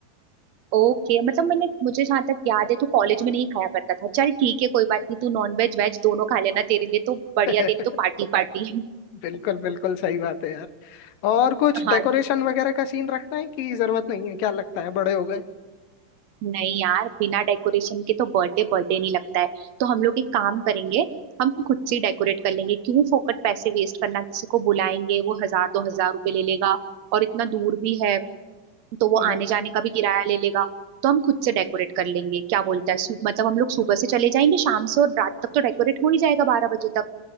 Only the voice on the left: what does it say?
है
<laughs>
बिल्कुल बिल्कुल सही बात है यार और कुछ
डेकोरेशन वगैरह का सीन रखना है कि जरूरत नहीं है क्या लगता है बड़े हो गए
नहीं